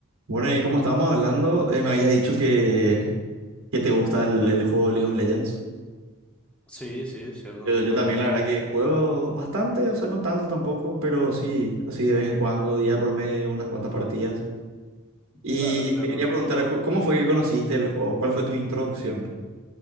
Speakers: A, on the right (about 65°); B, in the centre.
A: Bueno, y como estábamos hablando, eh, me habías dicho que, que te gusta el, el juego League of Legends.
B: Sí, sí, cierto,
A: Yo,
B: totalmente.
A: yo también, la verdad que juego bastante, o sea, no tanto tampoco, pero sí, así de vez en cuando, día por medio, unas cuantas partidas. Y
B: Claro, claro.
A: te quería
B: sí.
A: preguntar, co- ¿cómo fue que conociste el juego? ¿Cuál fue tu introducción?